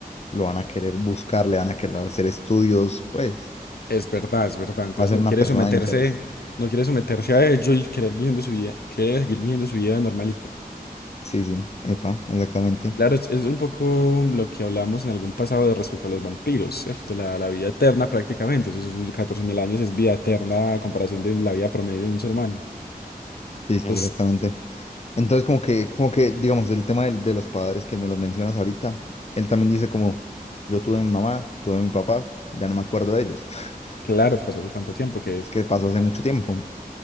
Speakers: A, on the left; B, on the left.
A: lo van a querer buscar, le van a querer hacer estudios, pues,
B: Es verdad, es verdad, entonces
A: va a ser
B: no
A: una
B: quiere
A: persona
B: someterse,
A: de interés.
B: no quiere someterse a ello y querer viviendo su vida, quiere seguir viviendo su vida normalita.
A: Sí, sí, epa, exactamente.
B: Claro, es, es un poco lo que hablamos en algún pasado de respecto a los vampiros, ¿cierto? La, la vida eterna prácticamente, esos 14.000 años es vida eterna a comparación de la vida promedio de un ser humano.
A: Sí, sí,
B: Pues
A: exactamente. Entonces, como que, como que, digamos, del tema del- de, los padres que me los mencionas ahorita, él también dice como, yo tuve mi mamá, tuve mi papá, ya no me acuerdo de ellos. <laughs>
B: claro, pasó hace tanto tiempo que,
A: Es que pasó hace mucho tiempo.